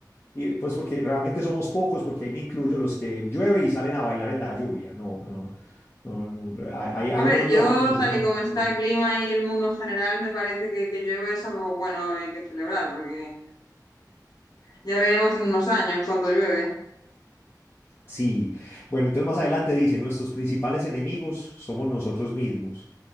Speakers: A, on the left; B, on the left.
A: Y pues porque realmente somos pocos, porque ahí me incluyo los que llueve y salen a bailar en la lluvia. No, no, no, no, no, Hay, hay
B: A ver,
A: unos
B: yo
A: locos que se
B: tal
A: lo
B: y
A: hacen.
B: como
A: Sí.
B: está el clima y el mundo en general, me parece que que llueve es algo bueno y que celebrar, porque ya veremos en unos años cuánto llueve.
A: Sí. Bueno, entonces más adelante dice, nuestros principales enemigos somos nosotros mismos.